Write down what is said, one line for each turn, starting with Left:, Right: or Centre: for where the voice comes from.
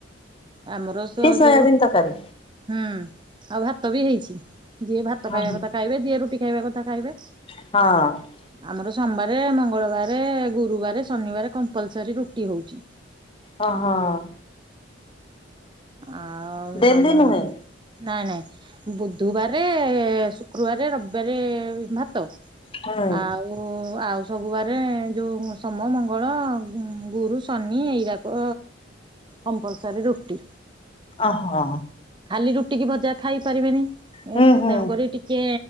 Right: ଆମର ସ
Left: ସୋୟାବିନ୍
Right: ଯୋଉ
Left: ତରକାରୀ।
Right: ହୁଁ ଆଉ ଭାତ ବି ହେଇଛି ଯିଏ ଭାତ
Left: ହଁ
Right: ଖାଇବା କଥା ଖାଇବେ ଯିଏ ରୁଟି ଖାଇବା କଥା ଖାଇବେ।
Left: ହଁ।
Right: ଆମର ସୋମବାରେ ମଙ୍ଗଳବାରେ ଗୁରୁବାରେ ଶନିବାରେ କମ୍ପଲସରୀ ରୁଟି ହଉଛି।
Left: ହଁ ହଁ।
Right: ଆଉ ଉ
Left: ଡେଲି
Right: ଆମ ନାଇଁ
Left: ନୁହେଁ
Right: ନାଇଁ ବୁଧୁବାରେ ଶୁକ୍ରବାରେ ରବିବାରେ ଭାତ।
Left: ହୁଁ
Right: ଆ ଉ ଓ ଆଉ ସବୁବାରେ ଯୋଉ ସୋମୋ ମଙ୍ଗଳ ଗୁରୁ ଶନି ଏଇ ରାକ କମ୍ପଲସରି ରୁଟି
Left: ଓହୋଃ।
Right: ଖାଲି ରୁଟି କି ଭଜା ଖାଇ ପାରିବେନି
Left: ହୁଁ
Right: ତେଣୁ
Left: ହୁଁ
Right: କରି ଟିକେ